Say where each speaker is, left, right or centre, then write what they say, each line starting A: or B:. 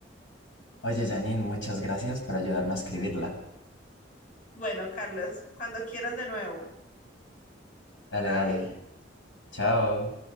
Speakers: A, on the left; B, on the left.
A: Oye, Janine, muchas gracias por ayudarme a escribirla.
B: Bueno, Carlos, cuando quieras de nuevo.
A: Dale,
B: Bye.
A: dale. Chao.